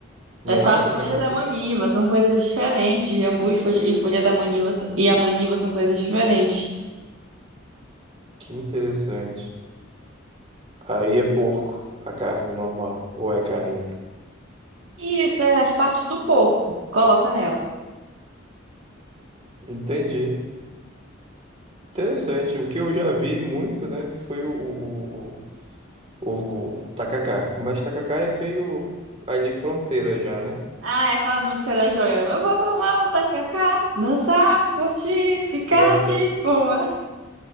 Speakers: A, on the right; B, on the right.
A: Não
B: É só
A: leva
B: a folha
A: o jambu
B: da
A: também?
B: maniva, são coisas diferentes. Jambu e folha, e folha da maniva s- e a maniva são coisas diferentes.
A: Que interessante. Aí é porco, a carne normal, ou é carne.
B: E isso é as partes do porco, coloca nela.
A: Entendi. Interessante. O que eu já vi muito, né, foi o, o, o, o tacacá. Mas tacacá é meio ali fronteira já, né?
B: Ah, é aquela música da Joelma. Eu vou tomar um tacacá, dançar, curtir, ficar
A: Não, então,
B: de boa. <laughs>